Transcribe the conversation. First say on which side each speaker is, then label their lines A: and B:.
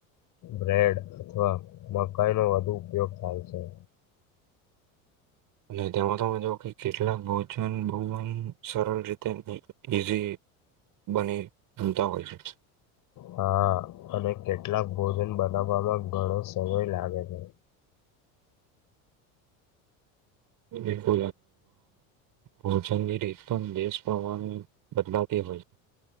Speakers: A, on the left (about 50°); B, on the right (about 50°).
A: બ્રેડ અથવા મકાઈનો વધુ ઉપયોગ થાય છે.
B: અને તેમાં તમે જો કે કેટલાક ભોજન બહુ સરળ રીતે ઈઝી બને ભનતા હોય છે.
A: હા, અને કેટલાક ભોજન બનાવવામાં ઘણો સમય લાગે છે.
B: <unintelligible> <inaudible> <unintelligible> એ કો પોચની રીતતો પ્રવાહ, બદલાતી હોય છે.